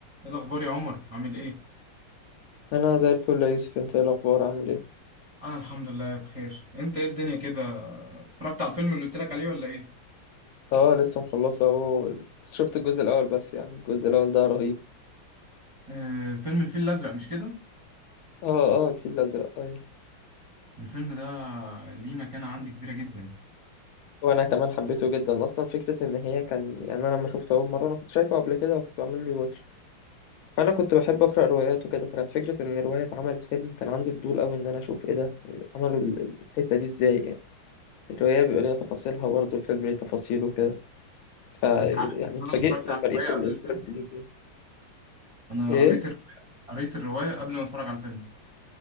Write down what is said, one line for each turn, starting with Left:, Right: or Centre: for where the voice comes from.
Right: ايه الاخبار يا عمر عامل ايه
Left: انا زي الفل يا يوسف انت ايه الاخبار عامل ايه
Right: انا الحمد لله بخير انت ايه الدنيا كده اتفرجت على الفيلم اللي قلت لك عليه ولا ايه
Left: اه لسه مخلصه اهو بس شفت الجزء الاول بس يعني الجزء الاول ده رهيب
Right: آه فيلم الفيل الازرق مش كده
Left: اه اه الفيل الازرق ايوه
Right: الفيلم ده ليه مكانة عندي كبيرة جدا
Left: وانا كمان حبيته جدا اصلا فكره ان هي كان يعني انا لما شفته اول مره انا كنت شايفه قبل كده وكنت بعمل له واتش فانا كنت بحب اقرا روايات وكده فكانت فكره ان روايه اتعملت فيلم كان عندي فضول قوي ان انا اشوف ايه ده عملوا ال- ال- الحته دي ازاي يعني الروايه بيبقى ليها تفاصيلها برضه الفيلم ليه تفاصيله وكده ف
Right: انت عارف
Left: يعني
Right: ان
Left: اتفاجئت
Right: انا اتفرجت
Left: لما
Right: على الرواية
Left: لقيت ال-
Right: قبل
Left: الكواليتي
Right: الفيلم
Left: دي بجد.
Right: انا
Left: ايه
Right: قريت الر- قريت الرواية قبل ما اتفرج على الفيلم